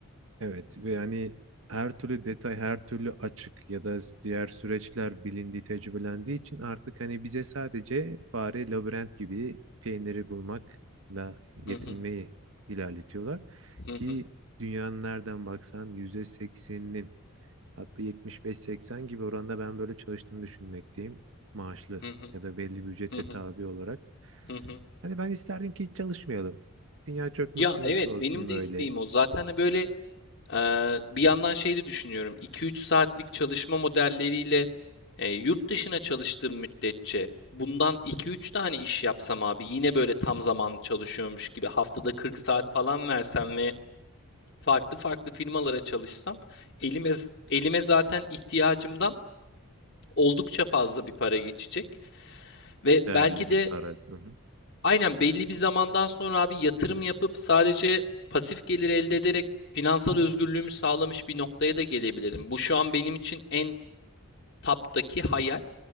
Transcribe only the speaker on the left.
Hı hı,
hı
hı,
hı hı,
hı hı,
hı hı.
Ya
evet
benim de
isteğim o. Zaten de böyle eee, bir yandan şey de düşünüyorum. 2 üç saatlik çalışma modelleriyle e, yurt dışına çalıştığım müddetçe bundan iki üç tane iş yapsam abi yine böyle tam zamanlı çalışıyormuş gibi haftada 40 saat falan versem ve farklı farklı firmalara çalışsam elime elime zaten ihtiyacımdan oldukça fazla bir para geçecek ve
belki de
aynen belli bir zamandan sonra abi yatırım yapıp sadece pasif gelir elde ederek finansal özgürlüğümü sağlamış bir noktaya da gelebilirim. Bu şu an benim için en taptaki hayal